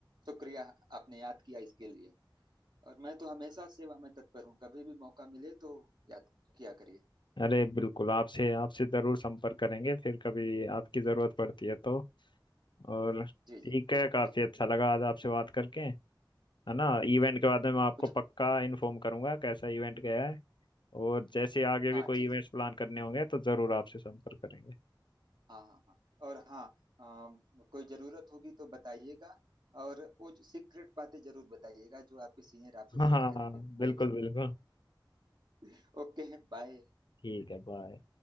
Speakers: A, on the right; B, on the left.
A: शुक्रिया आपने याद किया इसके लिए और मैं तो हमेशा सेवा में तत्पर हूँ कभी भी मौका मिले तो याद किया करिए
B: अरे बिल्कुल आपसे आपसे ज़रूर संपर्क करेंगे फिर कभी आपकी ज़रूरत पड़ती है तो और
A: जी
B: ठीक
A: जी
B: है
A: ओके
B: काफ़ी अच्छा लगा आज आपसे बात करके है ना इवेंट के बारे में मैं
A: अब
B: आपको
A: मुझे
B: पक्का इन्फॉर्म करूंगा कैसा इवेंट गया है और जैसे आगे
A: हाँ
B: भी कोई
A: जी
B: इवेंट्स
A: जी
B: प्लान करने होंगे तो ज़रूर आपसे संपर्क करेंगे
A: हाँ हाँ हाँ और हाँ अम, कोई जरूरत होगी तो बताइएगा और वो जो सीक्रेट बातें जरूर बताइएगा जो आपके सीनियर आपसे
B: <laughs> हाँ
A: शेयर
B: हाँ
A: करेंगे
B: बिल्कुल
A: मैं भी
B: बिल्कुल
A: <laughs> ओके बाय
B: ठीक है बाय